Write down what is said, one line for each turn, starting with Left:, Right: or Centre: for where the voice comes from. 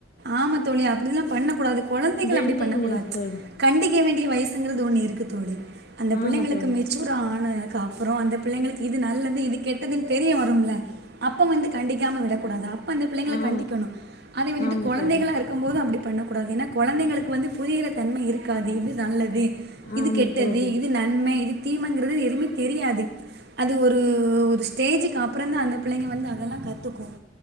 Right: ஆமா தோழி அப்படில்லாம் பண்ணக் கூடாது குழந்தைகள
Left: ட்ரெண்டிங்
Right: அப்படி பண்ணக்கூடாது
Left: நியூஸ் தோழி
Right: கண்டிக்க வேண்டிய வயசுங்கிறது ஒன்னு இருக்கு தோழி அந்த பிள்ளைங்களுக்கு
Left: ஆமா தோழி
Right: மெச்சுர்
Left: சி.
Right: ஆன க அப்புறம் அந்த பிள்ளைங்களுக்கு இது நல்லது இது கெட்டதுன்னு தெரிய வரும்ல அப்ப வந்து கண்டிக்காம விடக்கூடாது அப்ப அந்த பிள்ளைங்கள
Left: ஆமா
Right: கண்டிக்கணும்
Left: தோ-
Right: அத விட்டுட்டு
Left: ஆமா
Right: குழந்தைகள
Left: தோழி
Right: இருக்கும் போதும் அப்படி பண்ணக்கூடாது ஏன்னா குழந்தைந்களுக்கு வந்து புரியிற தன்மை இருக்காது இது நல்லது இது
Left: ஆமா
Right: கெட்டது
Left: தோழி
Right: இது நன்மை இது தீமங்கிறது எதுவுமே தெரியாது அது ஒரு ஒரு ஸ்டேஜுக்கு அப்புற தான் அந்த பிள்ளைங்க வந்து அதெல்லாம் கத்துக்கும்